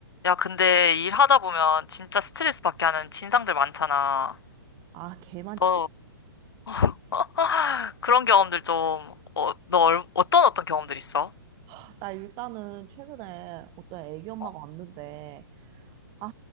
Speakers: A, on the left (about 85°); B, on the right (about 30°).
A: 야, 근데 일하다 보면 진짜 스트레스 받게 하는 진상들 많잖아.
B: 아, 개 많지.
A: 너 <laughs> 그런 경험들 좀, 어, 너 얼- 어떤 어떤 경험들 있어?
B: 아, 나 일단은 최근에 어떤 애기 엄마가
A: 어.
B: 왔는데, 아,